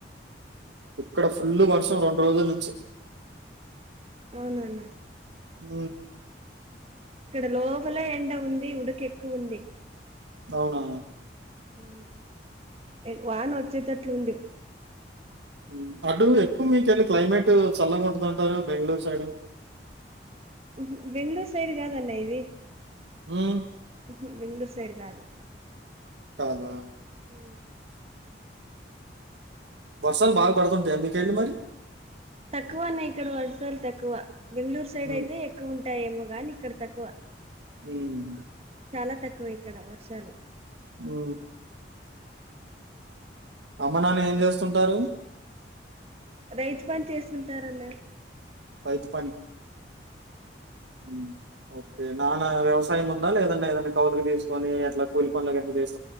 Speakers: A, on the right (about 75°); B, on the right (about 35°).
A: ఇక్కడ ఫుల్లు వర్షం రెండు రోజుల నించి
B: అవునా అన్న
A: ఊ
B: ఇక్కడ లోపలే ఎండ ఉంది ఉడుకెక్కువ ఉంది
A: అవునా
B: ఉమ్ ఏ వానొచ్చేతట్లుంది
A: ఊ అటు ఎక్కువ మీకెల్లి క్లైమేటు చల్లంగుంటదంటారు బెంగళూరు సైడు <inaudible>
B: ఊహూ బెంగుళూర్ సైడ్ గాదన్నా ఇది
A: హ్మ్.
B: ఊహూ బెంగుళూర్ తేడు గాదు
A: కాదా
B: ఊ
A: వర్షాలు బాగా పడతుంటయా మీకేడి మరి
B: తక్కువ అన్నా ఇక్కడ వర్షాలు తక్కువ బెంగుళూరు సైడ్
A: హ్మ్.
B: అయితే ఎక్కువ ఉంటాయేమో గానీ ఇక్కడ తక్కువ
A: <unintelligible>
B: చాలా తక్కువ ఇక్కడ వర్షాలు
A: ఊ అమ్మ నాన్న ఏం చేస్తుంటారు
B: రైతు పని చేస్తుంటారన్న
A: రైతు పని ఉమ్ ఓకే నాన్న వ్యవసాయం ఉందా లేదన్నా ఏదన్నా కౌలుకు తీసుకొని అట్లా కూలి పనులకు <inaudible> చేస్